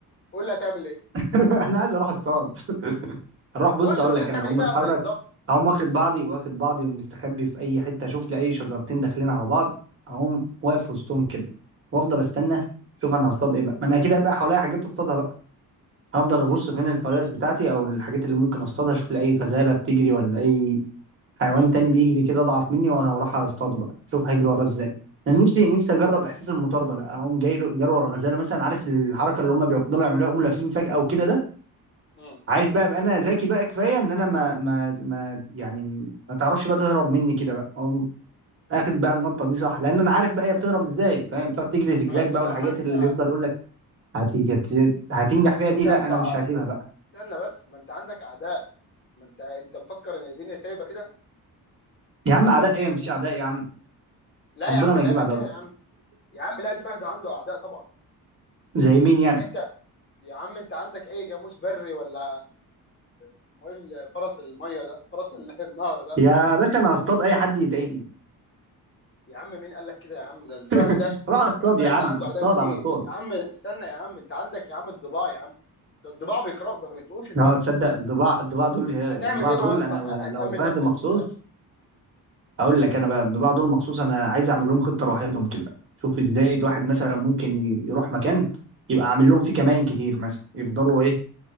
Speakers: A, on the left (about 30°); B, on the right (about 35°).
A: قول لي هتعمل ايه
B: <laughs> انا عايز اروح اصطاد <laughs> اروح
A: طب
B: بص
A: قول
B: اقول
A: لي قول
B: لك
A: لي هتعمل
B: انا اقوم
A: ايه بقى
B: اتحرك
A: بالظبط
B: اقوم واخد بعضي واخد بعضي ومستخبي في اي حته اشوف لي اي شجرتين داخلين على بعض اقوم واقف وسطهم كده وافضل استنى
A: مم.
B: شوف انا هصطاد ايه بقى ما انا اكيد هيبقى حواليا حاجات اصطادها بقى هفضل ابص
A: مم.
B: فين الفرائس بتاعتي او الحاجات اللي ممكن اصطادها اشوف لأي غزالة بتجري ولا اي حيوان تاني بيجري كده اضعف مني وانا هروح اصطاده بقى شوف هيجري ورا ازاي انا نفسي نفسي اجرب احساس المطارده ده اقوم جاي جري ورا غزاله مثلا عارف الحركه اللي هم بيفضلوا يعملوها يقوموا لافين فجاه وكده ده
A: مم.
B: عايز بقى ابقى انا ذكي بقى كفايه ان انا ما ما ما يعني ما تعرفش بقى تهرب مني كده بقى اقوم اخد بقى النطه دي صح لان انا عارف بقى هي بتهرب
A: طب
B: ازاي فاهم بتقعد تجري
A: طب
B: زجزاج
A: ما يا اسطى
B: بقى
A: طب
B: والحاجات
A: ما انت
B: اللي بيفضل يقول لك هتيجي هتنجح
A: طب
B: فيها
A: ما
B: دي
A: انت
B: لا
A: اسطى
B: انا مش هسيبها بقى.
A: استنى بس ما انت عندك اعداء ما انت انت مفكر ان الدنيا سايبه كده
B: يا عم اعداء ايه مفيش اعداء يا عم
A: لا
B: ربنا
A: يا عم مين
B: ما يجيب
A: قال لك
B: اعداء
A: كده يا عم يا عم لا الفهد عنده اعداء طبعا
B: زي مين يعني
A: يعني انت يا عم انت عندك اي جاموس بري ولا اسمه ايه ال- فرس الميه ده فرس ال- <laughs> النهر ده
B: يا باشا انا هصطاد اي حد يضايقني
A: يا عم مين قال لك كده يا عم ده الفهد
B: <laughs>
A: ده
B: راح اصطاد
A: الفهد
B: يا عم
A: ده عنده
B: اصطاد
A: اعداء كتير
B: على طول
A: يا عم استنى يا عم انت عندك يا عم الضباع يا عم ده الضباع بيقرأ ما بيطقوش الفهد
B: اه تصدق الضباع الضباع دول الضباع
A: هتعمل ايه
B: دول
A: بقى يا اسطى
B: انا
A: هت- هتأمن
B: لو فهد
A: نفسك
B: مخصوص
A: ازاي
B: اقول لك انا بقى الضباع دول مخصوص انا عايز اعمل لهم خطه لوحدهم كده شوف ازاي الواحد مثلا ممكن يروح مكان يبقى عامل لهم فيه كمائن كتير مثلا يفضلوا ايه